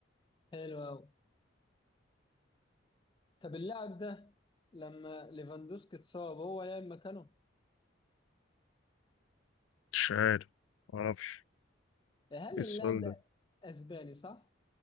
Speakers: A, on the left; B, on the left.
A: حلو أوي طب اللاعب ده لما ليفاندوسكي اتصاب هو لعب مكانه
B: مش عارف معرفش
A: هل
B: ايه
A: اللاعب
B: السؤال
A: ده
B: ده
A: اسباني صح؟